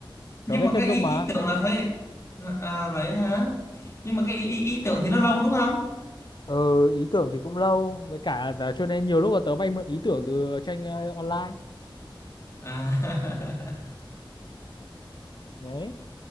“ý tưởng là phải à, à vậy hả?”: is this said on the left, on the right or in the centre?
Left